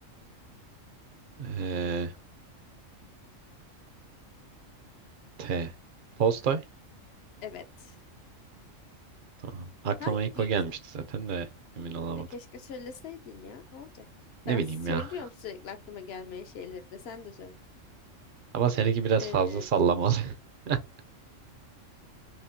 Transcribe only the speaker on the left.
Evet.
Hangi?
kı-
E, keşke söyleseydin ya. Ne olacak?
Ben
söylüyorum
sürekli aklıma gelmeyen şeyleri de sen de söyle.
Ee,